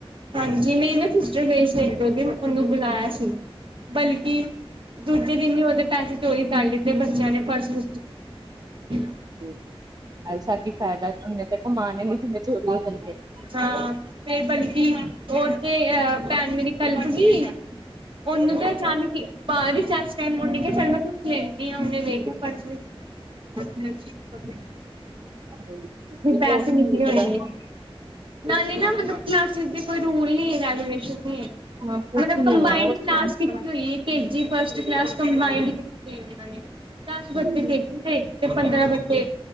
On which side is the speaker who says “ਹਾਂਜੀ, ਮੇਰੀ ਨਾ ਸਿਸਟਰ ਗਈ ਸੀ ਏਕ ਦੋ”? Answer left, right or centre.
Right